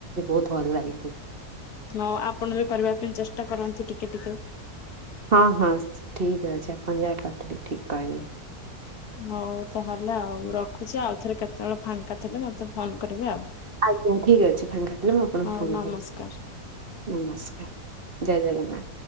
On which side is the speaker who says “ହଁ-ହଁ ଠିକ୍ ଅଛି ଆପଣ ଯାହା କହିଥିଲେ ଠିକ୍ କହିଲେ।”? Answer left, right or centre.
Right